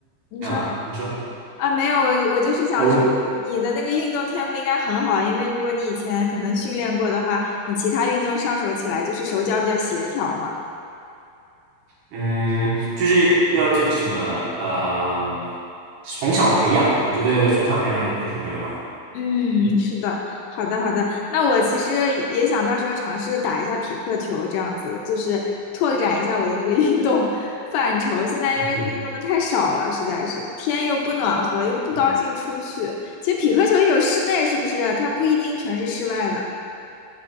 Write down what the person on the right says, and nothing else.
啊，你说
哦，我。
嗯，就是要这个什么，呃，从小培养，我觉得从小培养还还挺重要的。
嗯
嗯嗯，
嗯